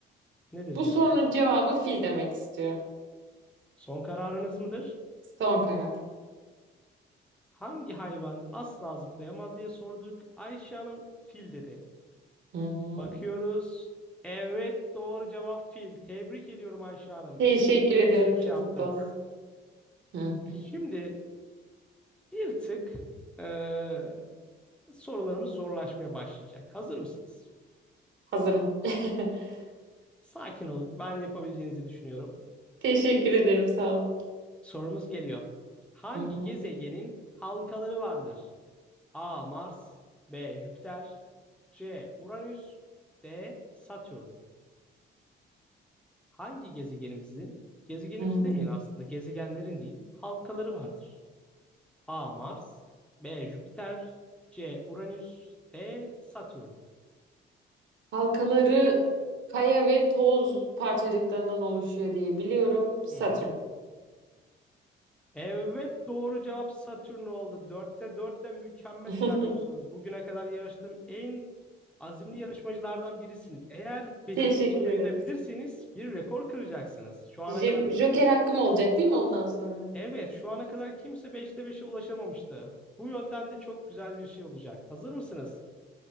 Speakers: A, in the centre; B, on the right.
A: Nedir
B: bu
A: cevabı?
B: sorunun cevabı fil demek istiyorum.
A: Son kararınız mıdır?
B: Son karar.
A: Hangi hayvan asla zıplayamaz diye sorduk. Ayşe Hanım fil dedi.
B: Hı hı.
A: Bakıyoruz. Evet doğru cevap fil. Tebrik ediyorum Ayşe Hanım.
B: Teşekkür
A: 3'te
B: ediyorum.
A: 3
B: Çok
A: yaptınız.
B: mutlu oldum. Hı
A: Şimdi
B: hı.
A: bir tık eee, sorularımız zorlaşmaya başlayacak. Hazır mısınız?
B: Hazırım. <laughs>
A: Sakin olun. Ben yapabileceğinizi düşünüyorum.
B: Teşekkür ederim. Sağ olun.
A: Sorumuz geliyor. Hangi
B: Hı hı.
A: gezegenin halkaları vardır? A. Mars B. Jüpiter C. Uranüs D. Satürn Hangi gezegenimizin, gezegenimiz
B: Hmm.
A: demeyelim aslında, gezegenlerin diyeyim, halkaları vardır? A. Mars, B. Jüpiter, C. Uranüs, D. Satürn.
B: Halkaları kaya ve toz parçacıklarından oluşuyor diye biliyorum. Satürn.
A: Hı hı. Evet doğru cevap Satürn oldu. Dörtte dörtle mükemmel
B: <laughs>
A: ilerliyorsunuz. Bugüne kadar yarıştığım en azimli yarışmacılardan birisiniz. Eğer beşinci
B: Teşekkür
A: soruyu
B: ederim.
A: da bilirseniz bir rekor kıracaksınız. Şu ana
B: Je-
A: kadar
B: Joker
A: kimse,
B: hakkım olacak değil mi ondan sonra?
A: evet şu ana kadar kimse beşte beşe ulaşamamıştı. Bu yönden de çok güzel bir şey olacak. Hazır mısınız?